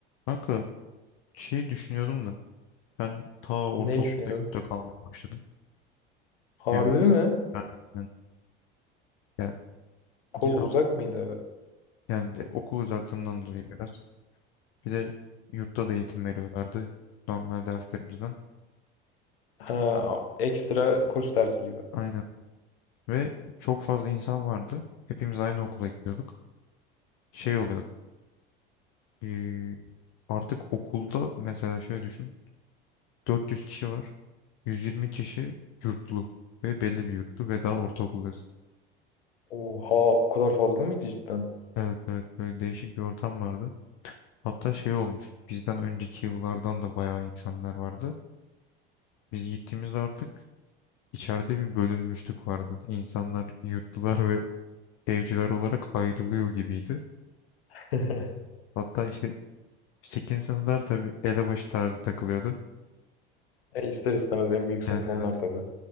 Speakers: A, on the left; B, on the left.
A: Kanka şey düşünüyordum da ben ta ortaokulda
B: Ne düşünüyorsun?
A: yurtta kalmaya başladım.
B: Harbi
A: Hem de bir
B: mi?
A: nereden? Yani
B: Kol
A: yine
B: uzak mıydı abi?
A: yani de okul uzaklığından dolayı biraz. Bir de yurtta da eğitim veriyorlardı normal derslerimizden.
B: Ha, ekstra kurs dersi gibi.
A: Aynen. Ve çok fazla insan vardı. Hepimiz aynı okula gidiyorduk. Şey oluyordu eee, artık okulda mesela şöyle düşün. 400 kişi var. 120 kişi yurtlu ve belli bir yurtlu ve daha ortaokuldasın.
B: Oha, o kadar fazla mıydı cidden?
A: Evet evet böyle değişik bir ortam vardı. Hatta şey olmuş. Bizden önceki yıllardan da bayağı insanlar vardı. Biz gittiğimizde artık içeride bir bölünmüşlük vardı. İnsanlar yurtlular ve evciler olarak ayrılıyor gibiydi.
B: <laughs>
A: Hatta işte 8. sınıflar tabii elebaşı tarzı takılıyordu.
B: E, ister istemez en büyük sınıf
A: Yani evet.
B: onlar tabii.